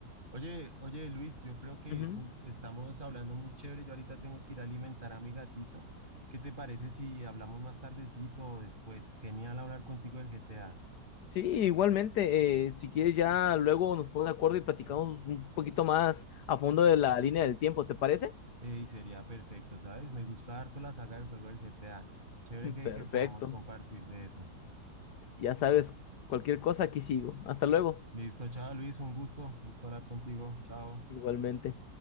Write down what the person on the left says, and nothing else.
Ujú.
Sí, igualmente, eh, si quieres ya luego nos ponemos de acuerdo y platicamos un poquito más a fondo de la línea del tiempo, ¿te parece?
<laughs>
Perfecto.
Ya
sabes, cualquier cosa aquí sigo. Hasta luego.
Igualmente.